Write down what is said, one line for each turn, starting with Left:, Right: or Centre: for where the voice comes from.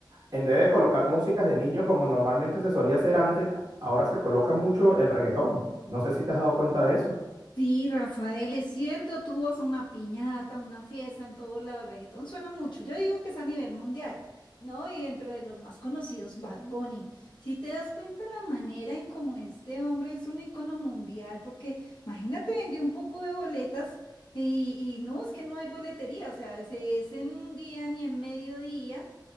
Right: en vez de colocar músicas de niño como normalmente se solía hacer antes, ahora se coloca mucho el reggaetón. No sé si te has dado cuenta de eso.
Left: Sí, Rafael, es cierto, tú vas a una piñata, una fiesta en todo lado, el reggaetón suena mucho, yo digo que es a nivel mundial, ¿no? Y dentro de los más conocidos, Bad Bunny. Si te das cuenta la manera en cómo este hombre es un icono mundial, porque imagínate, vendió un poco de boletas y, y no, es que no hay boletería, o sea, se es en un día ni en mediodía